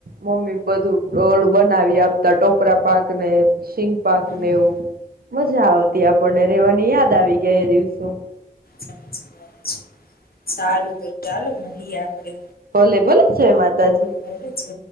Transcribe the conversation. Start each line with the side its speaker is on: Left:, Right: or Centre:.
Right: મમ્મી બધું ઓલુ બનાવી આપતા ટોપરા પાક ને શિંગ પાક
Left: હમ
Right: ને એવું મજા આવતી આપણને રેવાની યાદ આવી ગયા એ દિવસો.
Left: સાચી વાત સારું તો ચાલો મળીએ આપડે.
Right: ભલે ભલે જય માતાજી.
Left: ગમે છે.